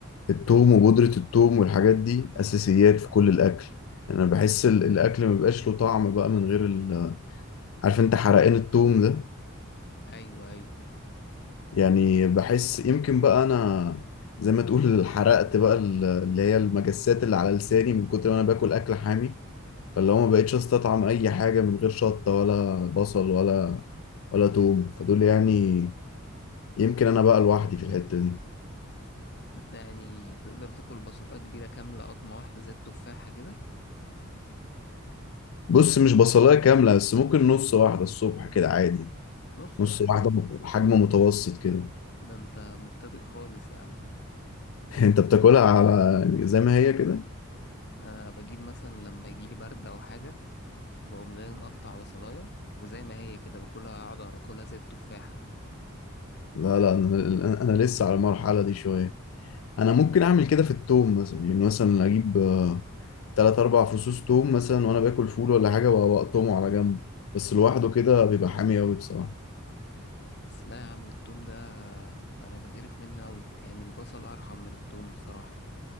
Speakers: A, on the left; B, on the left.
A: التوم وبودره التوم والحاجات دي اساسيات في كل الاكل يعني انا بحس ال- الاكل ما بيبقاش له طعم بقى من غير ال... عارف انت حرقان التوم ده
B: أيوه أيوه
A: يعني بحس يمكن بقى انا زي ما تقول حرقت بقى ال- اللي هي المجسات اللي على لساني من كتر ما انا باكل اكل حامي فاللي هو ما بقتش استطعم اي حاجه من غير شطه ولا بصل ولا ولا توم فدول يعني يمكن انا بقى لوحدي في الحته دي
B: أنت يعني تقدر تاكل بسطة كبيرة كاملة قطمة واحدة زي التفاحة كده
A: بص مش بصلاية كاملة بس ممكن نص واحدة الصبح كده عادي
B: نص
A: نص
B: واحدة
A: واحدة حجم متوسط كده
B: ده انت مبتدئ خالص يا عم
A: <laughs> انت بتاكلها على يعني زي ما هي كده
B: انا بجيب مثلا لما يجيلي برد او حاجه بقوم جاي مقطع بصلايه وزي ما هي كده باكلها اقعد اكلها زي التفاحه
A: لا لا انا انا لسه على المرحلة دي شوية انا ممكن اعمل كده في التوم مثلا يعني مثلا اجيب آه، تلات اربع فصوص توم مثلا وانا باكل فول ولا حاجة وأ- واقطمه على جنب بس لوحده كده بيبقى حامي قوي بصراحة
B: بس لا يا عم التوم ده انا بتقرف منه قوي يعني البصل ارحم من التوم بصراحه